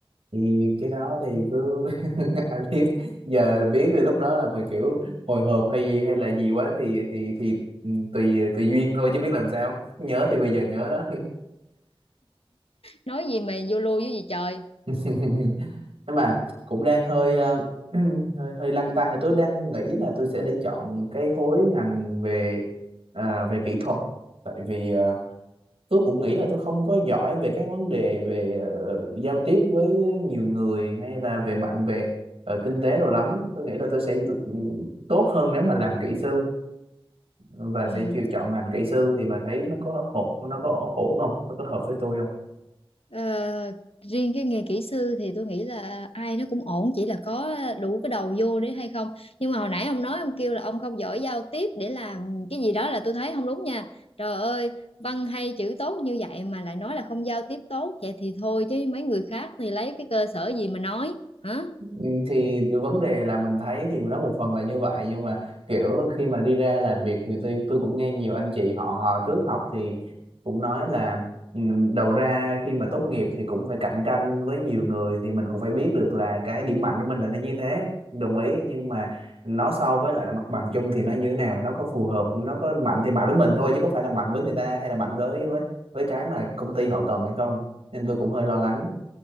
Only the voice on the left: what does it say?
nói gì mà vô lô với gì trời
ừ.
Ừ.
Ờ, riêng cái nghề kỹ sư thì tôi nghĩ là ai nó cũng ổn chỉ là có đủ cái đầu vô đấy hay không nhưng mà hồi nãy ông nói ông kêu là ông không giỏi giao tiếp để làm cái gì đó là tôi thấy không đúng nha trời ơi văn hay chữ tốt như vậy mà lại nói là không giao tiếp tốt vậy thì thôi chứ mấy người khác thì lấy cái cơ sở gì mà nói hả